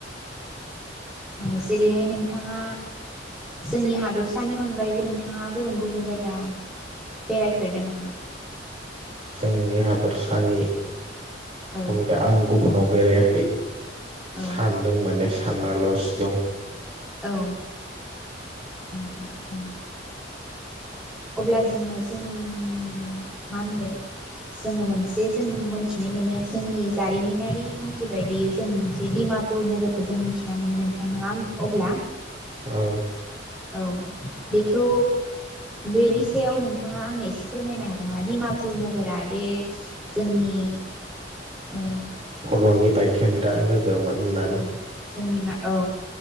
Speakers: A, in the centre; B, on the right.
A: ओ जेरैहाय नोंथाङा जोंनि हादरसानि अनगायैबो नोंथाङा गुबुन गुबुन जायगा बेरायफेरदों नामा?
B: जोंनि हादर सानि होनब्ला
A: औ
B: आं गुबुनाव बेरायाखै।
A: औ
B: सानदों माने सानना ल'सो दं।
A: औ नोंथां औ अब्ला जोङो जोंनि मा होनदो जोङो मोनसे जों मोनथिनो मोनो जोंनि जारिमिनारि खानथि बायदियै जों मोनसे दिडिमापुर नोगोरखौ जों मोनथिना मोनो नोंथां नङा अब्ला
B: औ।
A: औ बेखौ बेनि सायाव नोंथाङा आंनो एसे फोरमायनो हागोन नामा डिमापुर नोगोरा दे जोंनि ओ
B: बर'नि बायखेन्दा नोग <unintelligible> होननानै
A: औ जोंनि मा औ